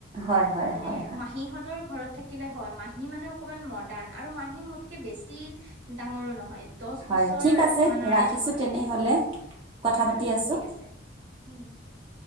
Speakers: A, on the right (about 25°); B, on the right (about 65°).
A: হয় হয়
B: মানে
A: হয়
B: মাহীহঁতৰ ঘৰত থাকিলে হয় মাহী মানে অকমান মডাৰ্ণ আৰু মাহী মোতকে বেছি ডাঙৰো হয় দছ
A: হয়
B: বছৰ
A: ঠিক আছে
B: মানৰে
A: ৰাখিছোঁ
B: ডাঙৰ।
A: তেনেহ'লে কথা পাতি
B: উম,
A: আছোঁ
B: ঠিক আছে। উম, ঠিক আছে।